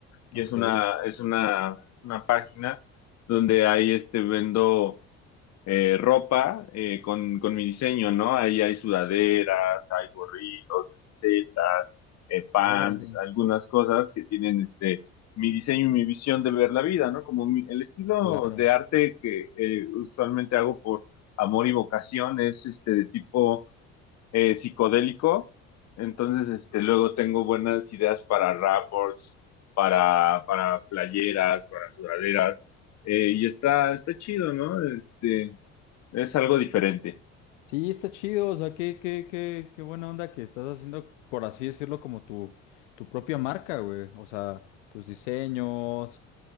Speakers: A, on the left; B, on the left.
A: y
B: Ok,
A: es una, es una, una página donde ahí este, vendo eh, ropa eh, con, con mi diseño, ¿no? Ahí hay sudaderas, hay gorritos, camisetas, eh, pants,
B: órale,
A: algunas cosas que tienen este mi diseño y mi visión de ver la vida, ¿no? Como mi- el estilo
B: claro.
A: de arte que eh, usualmente hago por amor y vocación es este de tipo eh, psicodélico. Entonces, este, luego tengo buenas ideas para rapports, para, para playeras, para sudaderas. Eh, y está, está chido, ¿no? Este, es algo diferente.
B: Sí, está chido, o sea, qué, qué, qué, qué buena onda que estás haciendo, por así decirlo, como tu, tu propia marca, güey. O sea, tus diseños,